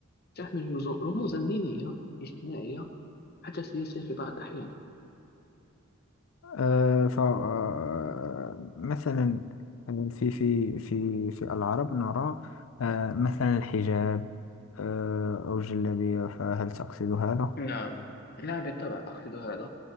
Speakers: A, on the left; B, on the left.
A: تحمل رز- رموزا دينية اجتماعية حتى سياسية في بعض الأحيان
B: آه، ف آه، مثلا آه، في في في في العرب نرى آه، مثلا الحجاب آه، أو الجلابية فهل تقصد هذا؟
A: نعم نعم بالطبع أقصد هذا